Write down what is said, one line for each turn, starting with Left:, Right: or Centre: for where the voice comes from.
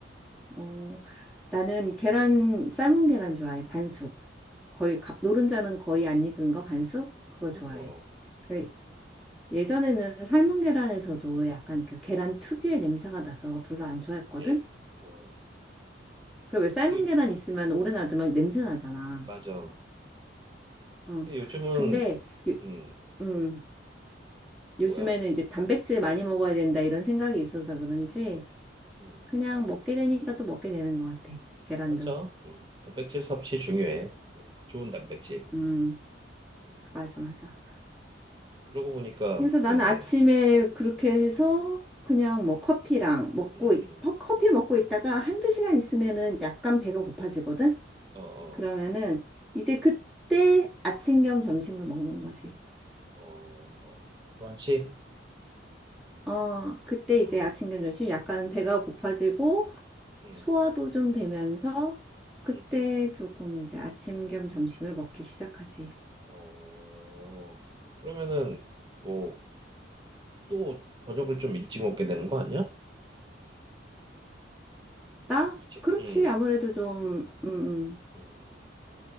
Centre: 어. 나는 계란 삶은
Right: 음,
Centre: 계란 좋아해. 반숙. 거의
Right: 어,
Centre: 가- 노른자는 거의 안 익은 거 반숙 그거
Right: 어,
Centre: 좋아해.
Right: 어,
Centre: 그 예전에는 삶은
Right: 음,
Centre: 계란에서도 약간 그 계란 특유의 냄새가 나서 별로 안 좋아했거든.
Right: 네, 어,
Centre: 그 왜 삶은
Right: 이-
Centre: 계란 있으면 오래 놔두면 냄새 나잖아.
Right: 맞아.
Centre: 어.
Right: 근데 요즘은
Centre: 근데
Right: 음,
Centre: 음,
Right: 그
Centre: 요즘에는
Right: 뭐야?
Centre: 이제 단백질 많이 먹어야 된다 이런 생각이 있어서 그런지
Right: 음,
Centre: 그냥 먹게 되니까 또 먹게 되는 것 같아. 계란도.
Right: 맞아. 음, 단백질 섭취 중요해. 음, 좋은 단백질.
Centre: 음,
Right: 음,
Centre: 맞아, 맞아.
Right: 그러고 보니까
Centre: 그래서
Right: 그러네.
Centre: 나는 아침에 그렇게 해서 그냥 뭐 커피랑 먹고,
Right: 음,
Centre: 있-
Right: 음,
Centre: 퍼- 커피 먹고 있다가 한두 시간 있으면은 약간 배가
Right: 어,
Centre: 고파지거든?
Right: 어,
Centre: 그러면은 이제 그때 아침 겸 점심을 먹는 거지.
Right: 어, 어, 브런치?
Centre: 어, 그때
Right: 어,
Centre: 이제 아침 겸 점심 약간 배가 고파지고
Right: 음,
Centre: 소화도 좀 되면서 그때
Right: 음, 음.
Centre: 조금 이제 아침 겸 점심을 먹기 시작하지.
Right: 어, 그러면은 뭐 또 저녁을 좀 일찍 먹게 되는 거 아니야?
Centre: 나?
Right: 아침,
Centre: 그렇지.
Right: 음,
Centre: 아무래도 좀 음, 음.
Right: 음, 음.